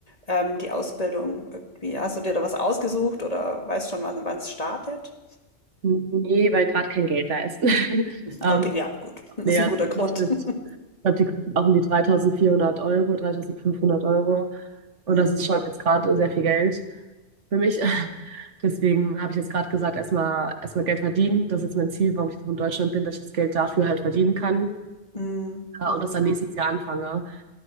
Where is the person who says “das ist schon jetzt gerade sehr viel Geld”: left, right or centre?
Right